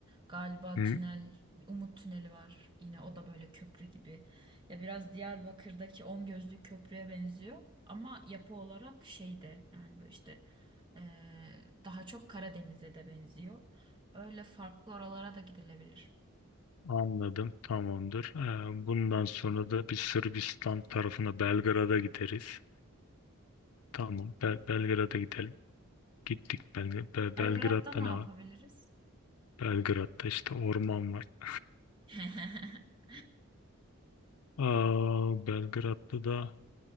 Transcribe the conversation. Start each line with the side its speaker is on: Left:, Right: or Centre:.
Right: Galiba
Left: hmm,
Right: tünel, Umut Tüneli var. Yine o da böyle köprü gibi. Ya biraz Diyarbakır'daki On Gözlü Köprü'ye benziyor. Ama yapı olarak şeyde yani böyle işte eee, daha çok Karadeniz'e de benziyor. Öyle farklı oralara da gidilebilir.
Left: anladım tamamdır. E, bundan sonra da bir Sırbistan tarafına Belgrad'a gideriz. Tamam Bel Belgrad'a gidelim. Gittik Belg Be-
Right: Belgrad'da
Left: Belgrad'da
Right: ne
Left: ne
Right: yapabiliriz?
Left: var? Belgrad'da işte orman var. <laughs>
Right: <laughs>
Left: Aa, Belgrad'da da